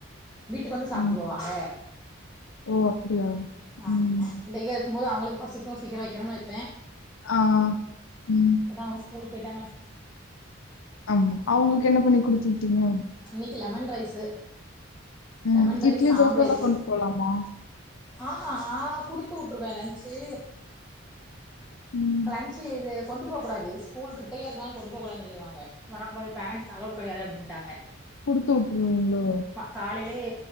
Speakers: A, in the centre; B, on the left.
A: வீட்டுக்கு வந்து சாப்ட்டு
B: ம்
A: போவாங்க
B: ஓ அப்டியா
A: ஆமா
B: ம்
A: பிள்ளைங்க இருக்கும்போது அவங்களுக்கு பசிக்கு சீக்கிரோ வைக்கணுன்னு வைப்பே
B: ஆ ம்
A: அதா அவுங்க ஸ்கூலுக்கு போயிட்டாங்களே
B: ஆமா அவுங்களுக்கு என்ன பண்ணி குடுத்து விட்டீங்க
A: இன்னிக்கி லெமன் ரைஸ்
B: ம்
A: லெமன்
B: இட்லி
A: ஆம்லேட்டு
B: தோசைல்லா கொண்டு போலாமா
A: ஆஹா நா குடுத்து வுட்டுருவே லன்ச்சு
B: ம்
A: லன்ச்சு இது கொண்டு போ கூடாது ஸ்கூலு கிட்டயே இருந்தாலு கொண்டு போ கூடாதுன்னு சொல்லிருவாங்க வரக்கூடாது பேரன்ஸ் அலோட் கெடையாது அப்டின்டாங்க
B: குடுத்து வுட்ருவீங்களோ
A: காலேலயோ